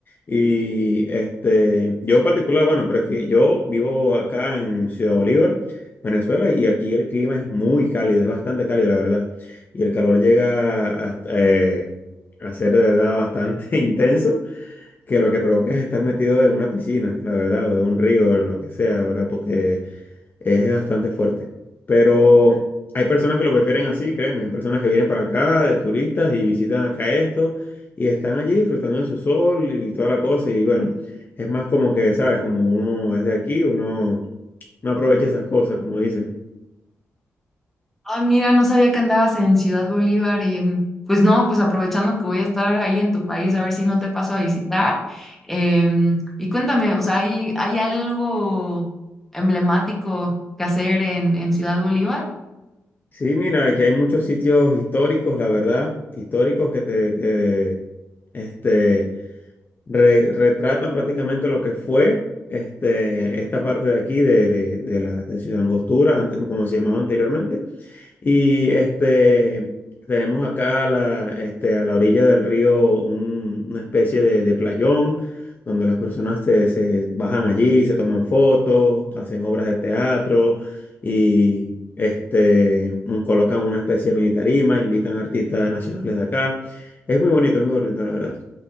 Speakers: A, on the left; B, in the centre.
A: Y este, yo en particular, bueno, prefi- yo vivo acá en Ciudad Bolívar, Venezuela, y aquí el clima es muy cálido, es bastante cálido, la verdad. Y el calor llega a, eh, a ser de verdad bastante <laughs> intenso, que lo que provoca es estar metido en una piscina, la verdad, o en un río, en lo que sea, la ¿verdad? Porque es bastante fuerte. Pero hay personas que lo prefieren así, créeme. Hay personas que vienen para acá de turistas y visitan acá esto y están allí disfrutando de su sol y toda la cosa. Y bueno, es más como que, ¿sabes? Como uno es de aquí, uno no aprovecha esas cosas, como dicen.
B: Ah, mira, no sabía que andabas en Ciudad Bolívar y pues no, pues aprovechando que voy a estar ahí en tu país, a ver si no te paso a visitar. Em, y cuéntame, o sea, ¿hay, hay algo emblemático que hacer en, en Ciudad Bolívar?
A: Sí, mira, aquí hay muchos sitios históricos, la verdad, históricos que te, que, este, re- retratan prácticamente lo que fue este, esta parte de aquí de, de, de la de Ciudad Angostura, ante- como se llamaba anteriormente. Y este, tenemos acá a la, este, a la orilla del río un- una especie de, de playón donde las personas se, se bajan allí, se toman fotos, hacen obras de teatro y este, un- colocan una especie de mini tarima, invitan artistas nacionales de acá. Es muy bonito, muy bonito, la verdad.